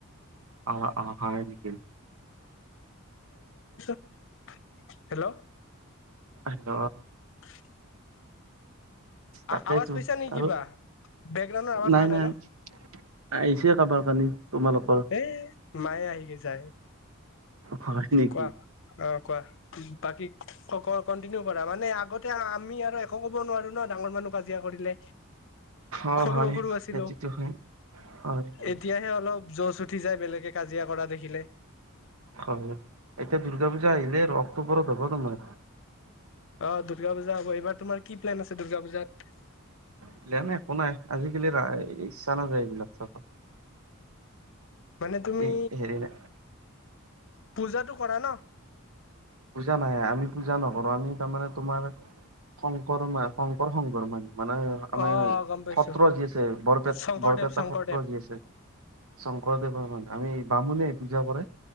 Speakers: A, on the right (about 80°); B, on the left (about 60°).
A: অ অ হয় নেকি
B: <inaudible> হেল্ল'।
A: হেল্ল'।
B: <inaudible>
A: তাকেইতো
B: আৱাজ পাইছা নেকি কিবা
A: আৰু
B: বেকগ্ৰাউণ্ডৰ আৱাজ
A: নাই
B: অহা
A: নাই।
B: ন
A: আহিছে কাৰোবাৰ কালি তোমালোক
B: এ মায়ে আহিয়ে যায়
A: হয় নেকি
B: কোৱা অ' কোৱা। বাকী কণ্টিনিউ কৰা মানে আগতে আমি আৰু একো ক'ব নোৱাৰো ন ডাঙৰ মানুহ কাজিয়া কৰিলে।
A: অ
B: সৰু
A: হয়
B: সৰু আছিলো।
A: সেইটোতো হয় হয় হয়
B: এতিয়াহে অলপ চুঠি যায় বেলেগে কাজিয়া কৰা দেখিলে।
A: হয়, এতিয়া দুৰ্গা পূজা আহিলে আৰু অক্টোবৰত হ'ব তোমাৰ।
B: অ', দুৰ্গা পূজা হ'ব এইবাৰ তোমাৰ প্লেন আছে দুৰ্গা পূজাত?
A: প্লেন একো নাই আজিকালি ইচ্ছা নাযায় এইবিলাক চাব।
B: মানে তুমি
A: এই হেৰি নাই
B: পূজাটো কৰা ন?
A: পূজা নাহে আমি পূজা নকৰো আমি তাৰমানে তোমাৰ শংকৰ মা শংকৰ সংঘৰ মানুহ মানে আমাৰ
B: অ গম পাইছো
A: সত্ৰ যি আছে বৰপেট
B: শংকৰদেৱ
A: বৰপেটা
B: শংকৰদেৱ
A: সত্ৰ যি আছে। শংকৰদেৱৰ মানে আমি বামুণে পূজা কৰে।